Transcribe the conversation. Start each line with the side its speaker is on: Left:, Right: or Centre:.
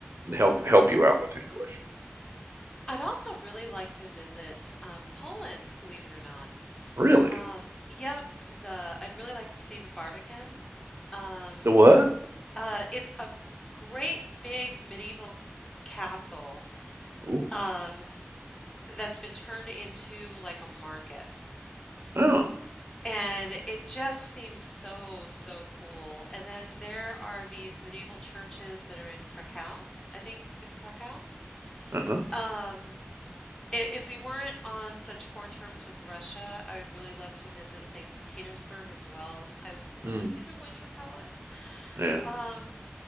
Right: help help you out with English.
Left: I'd also really like to visit um, Poland, believe it or not.
Right: Really?
Left: Um, yep, the I'd really like to see the Barbican. Um,
Right: The what?
Left: uh, it's a great big medieval castle
Right: Oh.
Left: um, that's been turned into like a market.
Right: Oh.
Left: And it just seems so, so cool. And then there are these medieval churches that are in Krakow. I think it's Krakow.
Right: Uh-huh.
Left: Um, i- if we weren't on such poor terms with Russia, I would really love to visit St. Petersburg as well. I would love
Right: Mm.
Left: to see the Winter Palace.
Right: Yeah.
Left: Um,